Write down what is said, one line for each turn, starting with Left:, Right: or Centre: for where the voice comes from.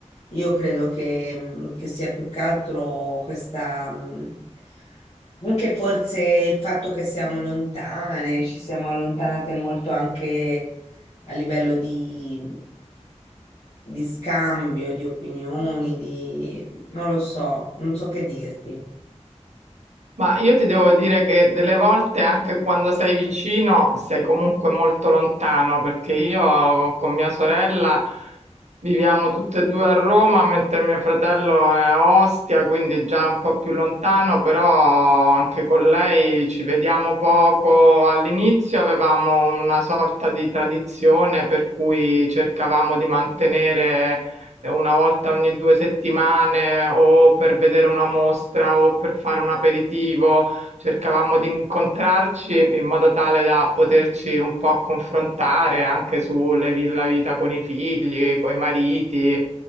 Left: Io credo che, mh, che sia più che altro questa, mh, anche forse il fatto che siamo lontane, ci siamo allontanate molto anche a livello di, di scambio, di opinioni, di, non lo so, non so che dirti.
Right: Ma io ti devo dire che delle volte, anche quando sei vicino, sei comunque molto lontano, perché io con mia sorella viviamo tutte e due a Roma, mentre mio fratello è a Ostia, quindi già un po' più lontano, però anche con lei ci vediamo poco. All'inizio avevamo una sorta di tradizione per cui cercavamo di mantenere eh, una volta ogni due settimane o per vedere una mostra o per fare un aperitivo, cercavamo di incontrarci in modo tale da poterci un po' confrontare anche sulle vi- la vita con i figli, con i mariti.